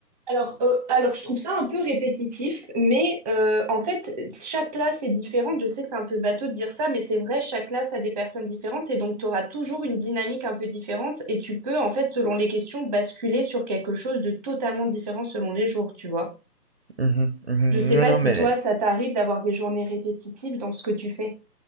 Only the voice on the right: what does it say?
Mhm, mhm.
Non,
non,
mais